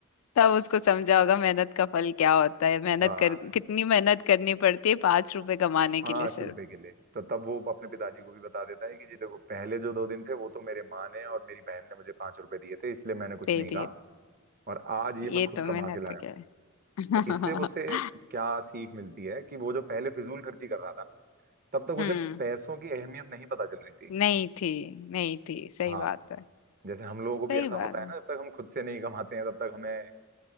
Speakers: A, on the left; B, on the right.
A: तब उसको समझा होगा मेहनत का फल क्या होता है
B: हूं।
A: मेहनत
B: बस
A: कर कितनी मेहनत करनी पड़ती है पांच रुपए कमाने
B: पांच
A: के लिए सिर्फ
B: रुपए के लिए तो तब वो अपने पिताजी को भी बता देता है कि जी देखो पहले जो दो दिन थे वो तो मेरे माँ ने और मेरी बहन ने मुझे पांच रुपए दिए थे इसलिए मैंने कुछ
A: दे
B: नहीं
A: दिए
B: कहा और आज ये
A: ये
B: मैं खुद
A: तो मेहनत
B: कमा के लाया हूँ
A: क्या है <laughs>
B: तो इससे उसे क्या सीख मिलती है कि वो जो पहले फिजूल खर्ची कर रहा था तब तक
A: हम्म
B: उसे पैसों की अहमियत नहीं पता चल रही थी
A: नहीं थी नहीं थी सही
B: हाँ
A: बात है
B: जैसे हम लोगों को भी
A: सही
B: ऐसा
A: बात
B: होता
A: है
B: है ना जब तक हम खुद से नहीं कमाते हैं तब तक हमें एक